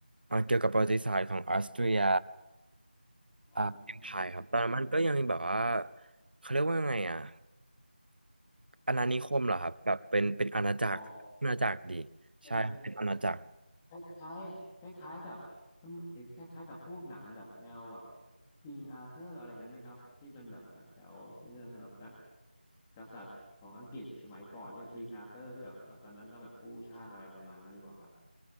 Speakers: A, on the right; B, in the centre.
A: อ่าเกี่ยวกับประวัติศาสตร์ของออสเตรีย
B: อ๋อ
A: อ่า Empire
B: รัสเซีย
A: ครับตอนนั้นมันก็ยังมีแบบว่าเขาเรียกว่าไงอ่ะอาณานิคมเหรอครับแบบเป็นเป็นอาณาจักรอาณาจักรดี
B: อ๋อเออ
A: ใช่เป็นอาณาจักร
B: คล้ายคล้ายคล้ายๆกับเอ่อคล้ายๆกับพวกหนังแบบแนวแบบ King Arthur อะไรกันไหมครับที่เป็นแบบแถวเรื่องแบบนะกษัตริย์ของอังกฤษสมัยก่อนที่ย King Arthur ที่แบบว่าตอนนั้นต้องแบบกู้ชาติอะไรประมาณนั้นหรือเปล่าครับ